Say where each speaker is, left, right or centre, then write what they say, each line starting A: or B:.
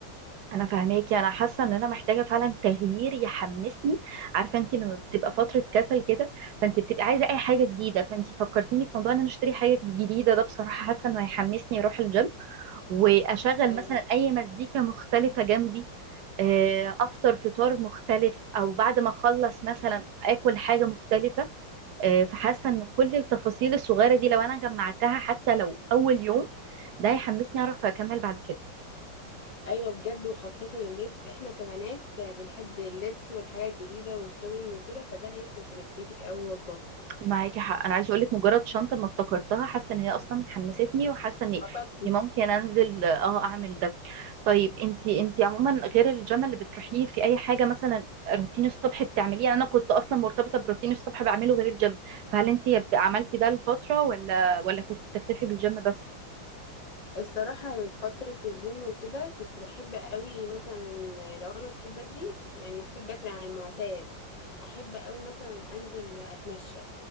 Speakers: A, on the right; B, on the left.
A: انا فاهماكي انا حاسه ان انا محتاجه فعلا تغيير يحمسني عارفه انت لما بتبقى فتره كسل كده فانت بتبقى عايزه اي حاجه جديده فانت فكرتيني في موضوع ان انا اشتري حاجه جديده ده بصراحه حاسه انه هيحمسني اروح الجيم واشغل
B: ايوه
A: مثلا اي مزيكا مختلفه جنبي آه، افطر فطار مختلف او بعد ما اخلص مثلا اكل حاجه مختلفه آه، فحاسه ان كل التفاصيل الصغيره دي لو انا جمعتها حتى لو اول يوم ده هيحمسني اعرف اكمل بعد كده
B: ايوه بجد وخاصة اللبس احنا كبنات بنحب اللبس والحاجات الجديدة والشوينج وكده فده هيفرق في نفسيتك اوي والله
A: معاكي حق انا عايزه اقول لك مجرد شنطه ما افتكرتها حاسه ان هي اصلا حمستني وحاسه ان إني
B: خطط
A: ممكن انزل اه اعمل ده طيب انتي انتي عموما غير الجيم اللي بتروحيه في اي حاجه مثلا روتين الصبح بتعمليه يعني انا كنت اصلا مرتبطه بروتين الصبح بعمله غير الجيم فهل انتي عملتي ده لفتره ولا ولا كنتي بتكتفي بالجيم بس
B: الصراحة فترة الجيم وكده كنت بحب قوي مثلا لو انا صحيت بدري يعني صحيت بدري عن المعتاد احب قوي مثلا انزل اتمشى